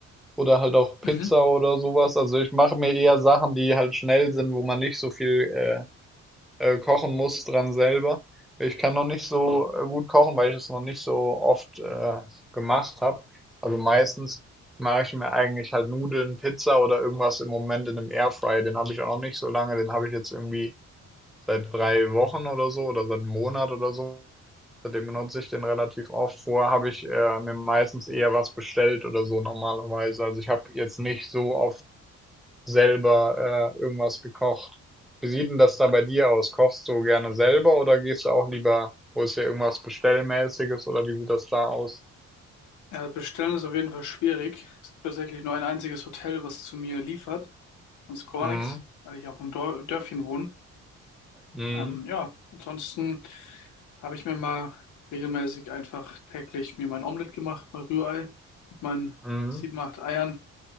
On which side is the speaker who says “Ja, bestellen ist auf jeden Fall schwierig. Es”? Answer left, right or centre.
Left